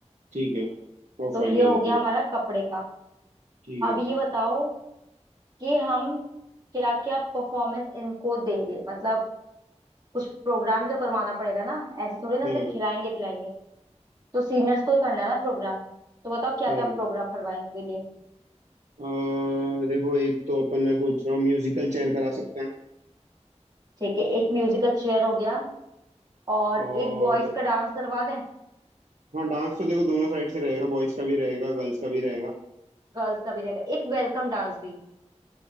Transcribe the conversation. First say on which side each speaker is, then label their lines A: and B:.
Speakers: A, on the right (about 80°); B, on the right (about 35°).
A: ठीक है ऑफ
B: तो
A: वाइट
B: ये
A: ले
B: हो
A: लेते
B: गया
A: हैं
B: हमारा कपड़े का
A: ठीक
B: अब
A: है
B: ये बताओ कि हम क्या क्या परफॉर्मेंस इनको देंगे मतलब कुछ प्रोग्राम भी तो करवाना पड़ेगा ना ऐसे थोड़ी ना
A: हाँ
B: सिर्फ खिलाएंगे पिलाएंगे तो सीनियर्स को ही करना है ना प्रोग्राम तो बताओ क्या
A: हाँ
B: क्या प्रोग्राम करवाएं इनके लिए
A: अ, देखो एक तो अपन मैं सोच रहा हूँ म्यूजिकल चेयर करा सकते हैं
B: ठीक है एक म्यूजिकल चेयर हो गया और
A: और
B: एक बॉयज का डांस करवा दें
A: हाँ डांस तो देखो दोनों साइड से रहेगा बॉयज का भी रहेगा गर्ल्स का भी रहेगा
B: गर्ल्स का भी रहेगा एक वेलकम डांस भी